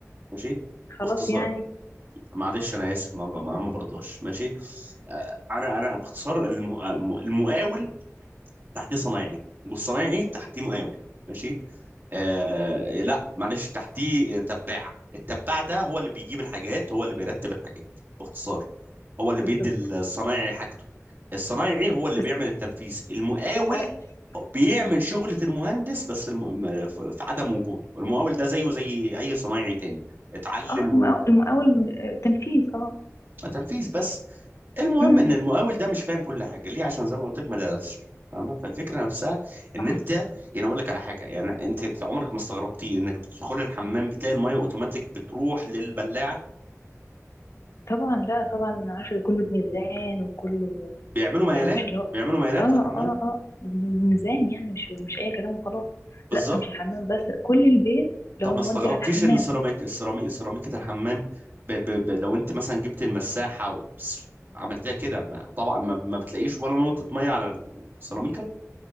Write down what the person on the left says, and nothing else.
خلاص
يعني
بالظبط
بس
بس عي-
مم.
اه المقاول المقاول، آه، تنفيذ اه
مم،
مم.
صح
طبعا لا طبعا عارفة ده كله بميزان وكله
يعني مش اللي هو
اه اه
اه بميزان يعني مش مش اي كلام وخلاص
لا مش الحمام بس كل البيت لو
مودي
على الحمام